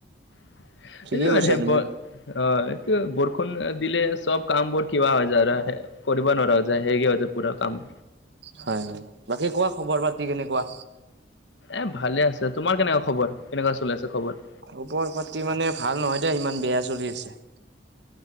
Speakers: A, on the left; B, on the right.
A: <unintelligible>
B: ঠিকেই কৈছা তুমি
A: অ, এইটো বৰষুণ দিলে চব কাম বোৰ কিবা হৈ যায় আৰু হে কৰিব নোৱাৰা হৈ যায় হেৰি হৈ যায় পুৰা কাম।
B: হয়- হয় বাকী কোৱা খবৰ পাতি কেনেকুৱা?
A: এ ভালে আছে তোমাৰ কেনেকা খবৰ কেনেকুৱা চলি আছে খবৰ?
B: খবৰ পাতি মানে ভাল নহয় দিয়া ইমান বেয়া চলি আছে।